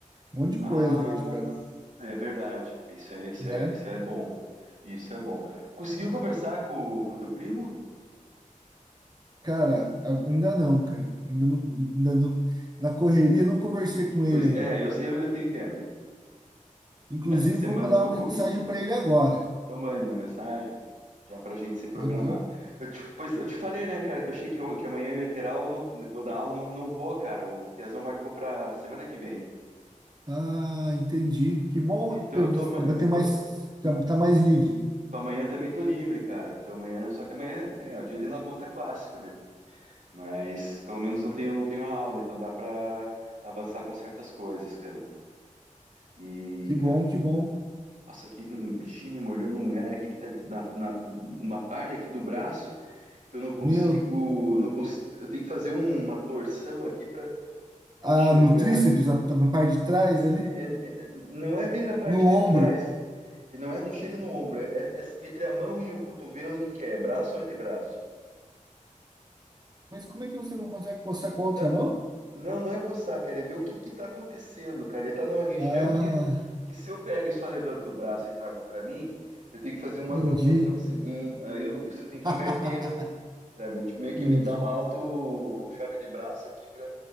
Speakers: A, on the right; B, on the right.
A: monte
B: Ah,
A: de coisa hoje, cara,
B: é verdade. Isso é, isso
A: né?
B: é, isso é bom. Isso é bom. Conseguiu conversar com o teu primo?
A: Cara, ainda não, cara. Ainda não, ainda não, na correria não conversei com ele
B: Pois
A: ainda.
B: é, eu, eu, eu te entendo.
A: Inclusive
B: Essas semanas
A: vou mandar
B: estão
A: uma
B: corridas.
A: mensagem
B: né?
A: para ele agora.
B: Então mande uma mensagem já para a gente se programar.
A: Aham.
B: Eu te, pois eu te falei, né, cara, que eu achei que, eu- que amanhã eu ia ter aula, não que vou dar aula, não, não vou, cara. O Piazão marcou para semana que vem.
A: Ah, entendi. Que bom,
B: Então
A: eu
B: eu tô, ama-
A: vou
B: eu
A: ter
B: tô,
A: mais, tá, tá mais livre.
B: tô amanhã também tô livre, cara. Então amanhã, só que amanhã é é, o dia de labuta tá clássico, né? Mas pelo menos não tenho não tenho aula, então dá para avançar com certas coisas, cara. E
A: Que
B: cara,
A: bom, que bom.
B: nossa, aqui um bichinho me mordeu num lugar aqui que tá na, na, numa parte aqui do braço. que eu não consigo,
A: Meu,
B: não consigo, eu tenho que fazer uma torção aqui para enxergar.
A: ah, no tríceps, a- a- na parte de trás ali,
B: É- é- é- não é bem na parte
A: no
B: de
A: ombro.
B: trás, e não é, não chega no ombro, é, é- é entre a mão e o cotovelo, o que que é? É Braço ou antebraço?
A: Mas como é que você não consegue coçar com a outra
B: Na-
A: mão?
B: Não, não é coçar, cara, é ver o que que tá acontecendo, cara. Ele tá numa região
A: Ah,
B: que, que se eu pego e só levanto o braço e trago para mim, eu tenho que fazer uma,
A: entendi.
B: uma torçãozinha, um- aí eu, eu tenho que
A: <laughs>
B: inverter para ver, tipo, meio que
A: Entendi.
B: me dá uma auto chave de braço aqui para